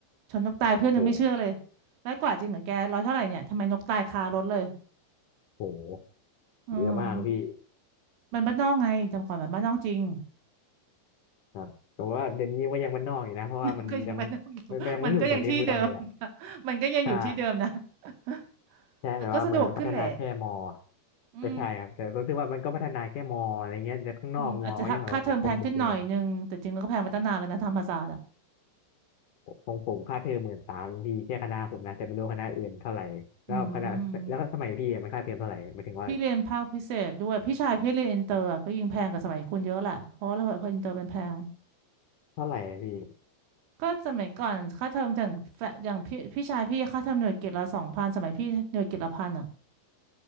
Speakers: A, on the right; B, on the left.
A: ชนนกตายเพื่อนยังไม่เชื่อเลย
B: โห
A: ร้อยกว่าจริงเหรอแกร้อยเท่าไหร่เนี่ยทำไมนกตายคารถเลย
B: โห
A: อืม
B: เยอะมากพี่
A: มันบ้านนอกไงจำก่อนมันบ้านนอกจริง
B: ครับผมว่าเดี๋ยวนี้ก็ยังบ้านนอกอยู่นะเพราะว่ามันยัง
A: <laughs> ก็ยังบ้านนอกอยู่
B: มันมันยังไม่รู้สึกเหมือนในเมืองเลยอ่ะ
A: <laughs> มันก็ยังที่เดิมนะ <laughs> มันก็ยังอยู่ที่เดิมนะ
B: ใช่
A: <laughs>
B: ใช่แบบว่าเหมือนมันพัฒนาแค่มอ
A: แต่ก็สะดวกขึ้นแหละอืม
B: ก็ใช่ครับแต่ก็รู้สึกว่ามันก็พัฒนาแค่มออะไรเงี้ยแต่ข้างนอกมอก็ยังแบบว่าสังคมเดิม
A: อืมอาจจะค่าเทอมแพงขึ้นหน่อยนึงแต่จริงก็แพงมาตั้งนานแล้วนะธรรมศาสตร์อ่ะ
B: ๆของผมค่าเทอมหมื่นสามพี่แค่คณะผมนะแต่ไม่รู้คณะอื่นเท่าไหร่แล้วคณะแล้วสมัยพี่อะมันค่าเทอมเท่าไหร่หมายถึงว่า
A: อืมพี่เรียนภาคพิเศษด้วยพี่ชายพี่เรียนอินเตอร์อะก็ยิ่งแพงกว่าสมัยคุณเยอะแหละเพราะว่าเราพออินเตอร์มันแพง
B: เท่าไหร่อะพี่
A: ก็สมัยก่อนค่าเทอมถึงแฟอย่างพี่พี่ชายพี่ค่าเทอมหน่วยกิตละสองพันสมัยพี่หน่วยกิตละพันอ่ะ